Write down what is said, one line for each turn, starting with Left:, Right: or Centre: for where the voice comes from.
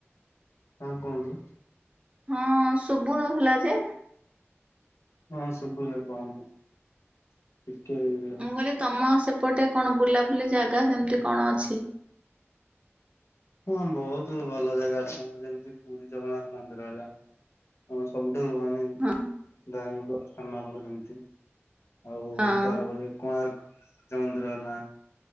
Left: ହଁ କୁହନ୍ତୁ?
Right: ହଁ ଶୁବୁନଥିଲା ଯେ?
Left: ହଁ ସୁବିଲା କହନ୍ତୁ ଟିକେ ୟିଏ ହେଲା
Right: ମୁଁ କହିଲି ତମ ସେପଟେ କଣ ବୁଲାବୁଲି ଜାଗା ସେମିତି କଣ ଅଛି?
Left: ହଁ ବହୁତ ଭଲ ଜାଗା ଅଛି ଆମର ଯେମିତି ପୁରୀ ଜଗନ୍ନାଥ ମନ୍ଦିର ହେଲା ହଁ ସବୁଠୁ ମାନେ
Right: ହଁ
Left: ଦନିକ ସ୍ଥାନ ଆମର ଯେମିତି ଆଉ
Right: ହଁ
Left: ତାପରେ କୋଣାର୍କ ସମୁଦ୍ର ହେଲା